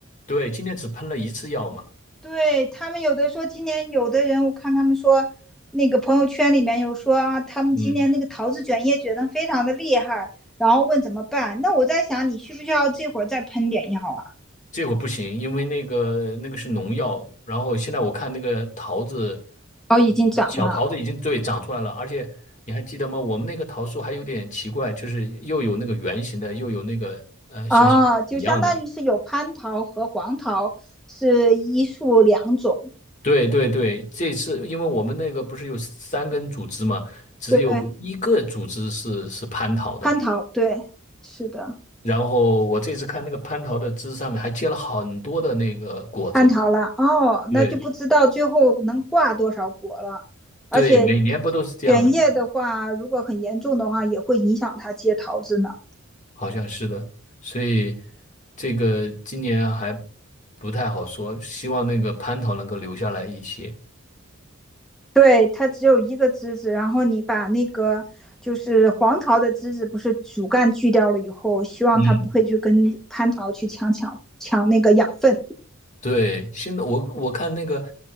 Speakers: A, on the left (about 35°); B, in the centre.
A: 对，今年只喷了一次药嘛，
B: 对他们有的说，今年有的人我看他们说，那个朋友圈里面有说啊，他们今年那个桃子卷叶卷的非常的厉害，
A: 嗯，
B: 然后问怎么办。那我在想，你需不需要这会儿再喷点药啊？
A: 这果不行，因为那个那个是农药，然后现在我看那个桃子，
B: 哦，已经长了
A: 呃小桃子已经对长出来了，而且你还记得吗？我们那个桃树还有点奇怪，就是又有那个圆形的，又有那个呃像一样的。
B: 哦，就相当于是有蟠桃和黄桃是一树两种。
A: 对对对，这次因为我们那个不是有三根组织嘛，只有一个组织是是蟠桃的。
B: 对，蟠桃，对，是的，
A: 然后我这次看那个蟠桃的枝上面还结了很多的那个果子，
B: 蟠桃了。哦，
A: 对
B: 那就不知道最后能挂多少果了，而且
A: 对，每年不都是这样的吗？
B: 卷叶的话，如果很严重的话，也会影响它结桃子呢。
A: 好像是的，所以这个今年还不太好说，希望那个蟠桃能够留下来一些。
B: 对，它只有一个枝子，然后你把那个就是黄桃的枝子，不是主干锯掉了以后，希望它不会去跟蟠桃去抢抢抢那个养分。
A: 嗯，对，现在我我看那个